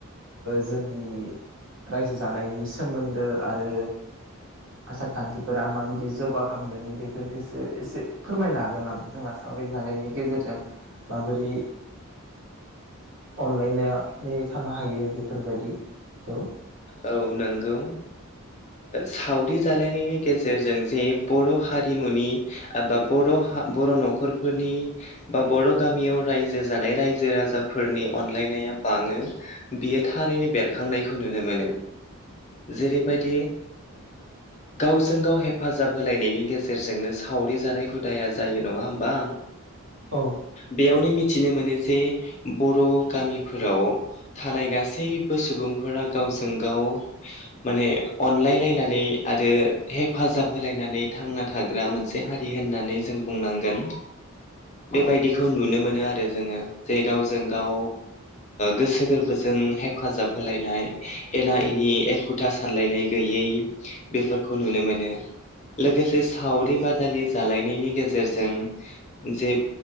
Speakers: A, on the right; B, on the left.
A: जोंनि रायजो जानायनि सोमोन्दो आरो आसार खान्थिफोरा माबायदि जौगाखांदों बेफोरखौसो एसे फोरमायनो हागोन नामा जोंहा सावरि जानाय। गेजेरजों माबोरै अनलायनानै थानो हायो बेफोरबायदिखौ
B: औ नंगौ सावरि जालायनायनि गेजेरजों जे बर' हारिमुनि एबा बर'-बर' न'खरफोरनि बा बर' गामियाव रायजो जानाय रायजो राजाफोरनि अनलायनाया बाङो बियो थारैनो बेरखांनाय। नुनो मोनो जेरैबायदि गावजों गाव हेफाजाब होलायनायनि गेजेरजोंनो सावरि जानाय हुदाया जायो नङा होमबा।
A: औ
B: बेयावनो मिथिनो मोनो जे बर' गामिफोराव थानाय गासैबो सुबुं फोरा गावजों गाव माने अनलायलायनानै आरो हेफाजाब होलायनानै थांना थाग्रा मोनसे हारि होननानै जों बुंनांगोन बेबायदिखौ नुनो मोनो आरो जोङो जे गावजों गाव गोसो गोरबोजों हेफाजाब। होलायनाय एना एनि एखुथा सानलायनाय गैयै बेफोरखौ नुनो मोनो लोगोसे सावरि बादालि जालायनायनि गेजेरजों जे